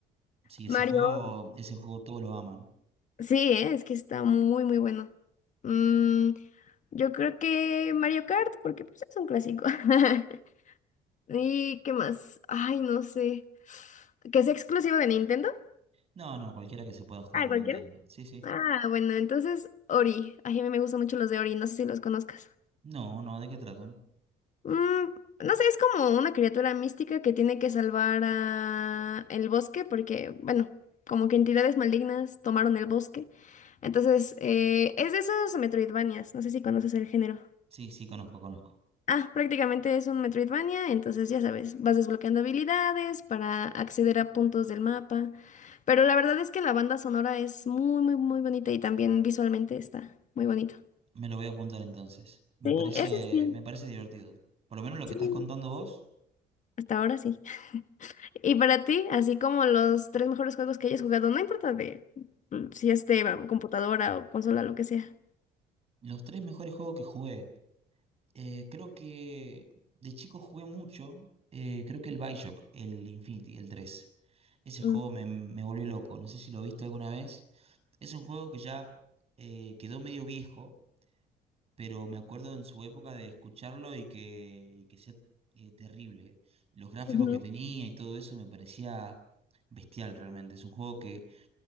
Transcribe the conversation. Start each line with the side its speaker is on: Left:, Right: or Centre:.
Right: Sí, ese
Left: Mario,
Right: juego, ese juego todos lo aman.
Left: sí, eh, es que está muy, muy bueno. Mm, yo creo que Mario Kart, porque pues es un clásico. <laughs> ¿Y qué más? Ay, no sé. ¿Que es exclusivo de Nintendo?
Right: No, no, cualquiera que se pueda jugar
Left: Ah,
Right: en
Left: cualquiera.
Right: Nintendo. Sí, sí.
Left: Ah, bueno, entonces Ori. Ay, a mí me gustan mucho los de Ori, no sé si los conozcas.
Right: No, no, ¿de qué tratan?
Left: Mm, no sé, es como una criatura mística que tiene que salvar a el bosque porque, bueno, como que entidades malignas tomaron el bosque. Entonces, eh, es de esos Metroidvanias, no sé si conoces el género.
Right: Sí, sí, conozco, conozco.
Left: Ah, prácticamente es un Metroidvania, entonces ya sabes, vas desbloqueando habilidades para acceder a puntos del mapa. Pero la verdad es que la banda sonora es muy, muy, muy bonita y también visualmente está muy bonito.
Right: Me lo voy a apuntar entonces. Me
Left: Sí,
Right: parece,
Left: ese sí,
Right: me parece divertido. Por lo menos lo
Left: sí,
Right: que estás contando vos,
Left: hasta ahora sí. <laughs> Y para ti, así como los tres mejores juegos que hayas jugado, no importa de mm, si es de mm, computadora o consola, lo que sea.
Right: los tres mejores juegos que jugué. Eh, creo que de chico jugué mucho. eh, creo que el Bioshock, el Infinity, el 3. Ese juego
Left: Mm,
Right: me, me volvió loco. No sé si lo viste alguna vez. Es un juego que ya eh, quedó medio viejo. pero me acuerdo en su época de escucharlo y que, y que sea eh, terrible. Los gráficos
Left: ujú,
Right: que tenía y todo eso me parecía bestial realmente. Es un juego que